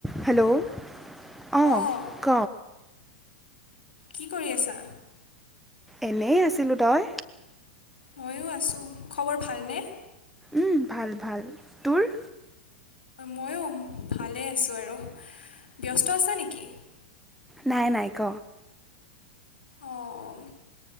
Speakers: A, in the centre; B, on the left.
A: Hello অ',
B: অঁ
A: ক?
B: কি কৰি আছা?
A: এনেই আছিলোঁ, তই?
B: ময়ো আছোঁ, খবৰ ভালনে?
A: উম, ভাল ভাল তোৰ?
B: ময়ো ভালেই আছোঁ আৰু, ব্যস্ত আছে নেকি?
A: নাই, নাই ক?
B: অ'।